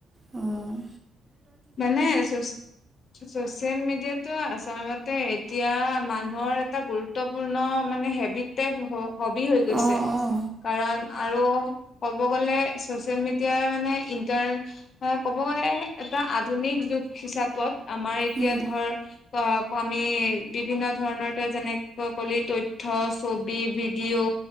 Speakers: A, on the right; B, on the left.
A: উম
B: মানে <unintelligible> ছ'চিয়েল মিডিয়াটো আচলতে এতিয়া মানুহৰ এটা গুৰুত্বপূৰ্ণ মানে হেবিট টেপ হব হবি হৈ গৈছে।
A: অঁ অঁ
B: কাৰণ আৰু ক'ব গলে চচিয়েল মিডিয়াই মানে ইণ্টাৰ ক মই এটা আধুনিক যুগ হিচাপত আমাৰ এতিয়া
A: উম
B: ধৰ <unintelligible> বিভিন্ন ধৰণৰ তই যেনেকৈ কলি তথ্য, ছবি, ভিডিঅ'